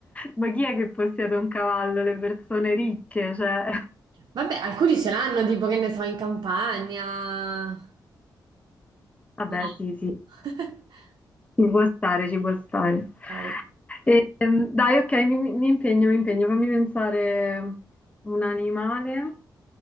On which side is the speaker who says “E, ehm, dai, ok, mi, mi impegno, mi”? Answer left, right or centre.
Left